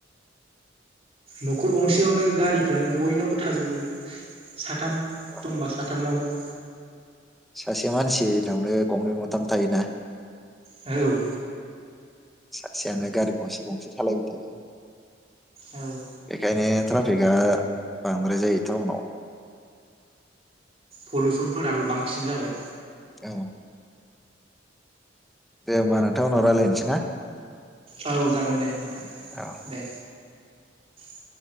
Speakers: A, on the right; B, in the centre.
A: न'खर गंसेयावनो गारिफ्रानो बयनावबो थाजोबो साथाम
B: औ
A: दंबा साथामनावबो।
B: सासे मानसिनावनो गंनै गंथाम थायोना।
A: औ
B: सासेयानो गारि गंसे गंसे सालायबाय थायो।
A: औ
B: एखायनो ट्राफिकआ बांद्राय जायो टाउनाव।
A: पलुसनफोराबो बांसिन जाबाय।
B: औ दे होमबा नोंथां उनाव रायलायनोसै ना?
A: औ जागोन दे नोंथां
B: औ
A: दे। <inaudible>